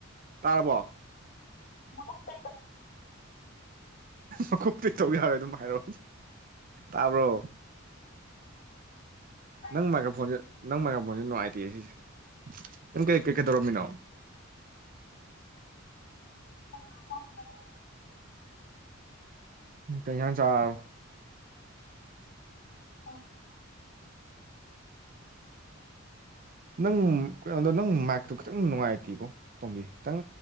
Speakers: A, on the right; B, on the left.
A: ꯇꯥꯔꯕꯣ?
B: <unintelligible>
A: ꯃꯀꯣꯛꯇꯩ ꯇꯧ ꯌꯥꯔꯣꯏ ꯑꯗꯨꯝ ꯍꯥꯏꯔꯣꯛ ꯇꯥꯕ꯭ꯔꯣ
B: ꯑꯩ
A: ꯅꯪ ꯃꯥꯏꯒꯐꯣꯟꯖꯦ ꯅꯪ ꯃꯥꯏꯒꯐꯣꯟꯖꯦ ꯅꯨꯡꯉꯥꯏꯇꯦꯍꯦ ꯁꯤꯖꯦ ꯅꯪ ꯀꯩ ꯀꯩ ꯀꯩꯗꯧꯔꯝꯃꯤꯅꯣ
B: ꯑꯩ ꯐꯝꯃꯝꯕꯅꯦ
A: ꯎꯝ ꯀꯩ ꯍꯤꯟꯖꯥꯡ ꯆꯥꯔ
B: ꯁꯧꯒ꯭ꯔꯤ
A: ꯅꯪ- ꯀꯩꯅꯣꯗꯣ ꯅꯪ ꯃꯥꯏꯛꯇꯣ ꯈꯤꯇꯪ ꯅꯨꯡꯉꯥꯏꯇꯤꯕꯣ ꯇꯣꯝꯕꯤ ꯈꯤꯇꯪ